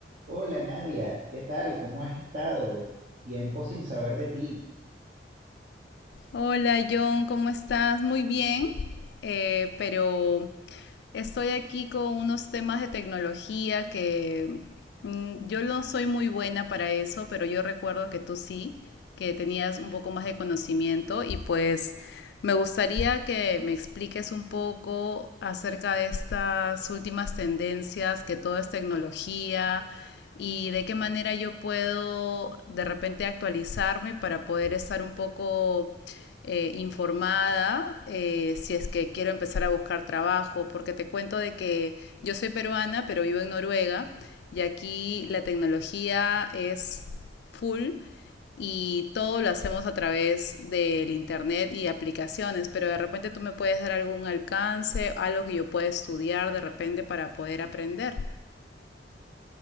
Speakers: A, on the right; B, on the left.
A: Hola Nadia, ¿qué tal? ¿Cómo has estado? Tiempo sin saber de ti.
B: Hola John, ¿cómo estás? Muy bien, eh, pero estoy aquí con unos temas de tecnología que mm, yo no soy muy buena para eso, pero yo recuerdo que tú sí, que tenías un poco más de conocimiento y pues me gustaría que me expliques un poco acerca de estas últimas tendencias, que todo es tecnología y de qué manera yo puedo de repente actualizarme para poder estar un poco eh, informada eh, si es que quiero empezar a buscar trabajo, porque te cuento de que yo soy peruana, pero vivo en Noruega y aquí la tecnología es full y todo lo hacemos a través del internet y aplicaciones, pero de repente tú me puedes dar algún alcance, algo que yo pueda estudiar de repente para poder aprender.